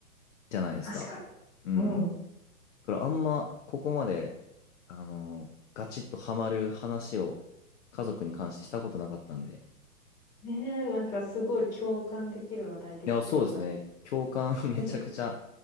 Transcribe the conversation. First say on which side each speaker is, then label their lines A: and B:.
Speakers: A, on the left; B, on the left.
A: じゃないですか。
B: 確かに。
A: うん。
B: うん。
A: からあんまここまで、あの、ガチッとハマる話を家族に関してしたことなかったんで。
B: ねえ、なんかすごい共感できる話題できてよかっ
A: いや、そうですね。共感 <laughs> めちゃくちゃ
B: た。<laughs>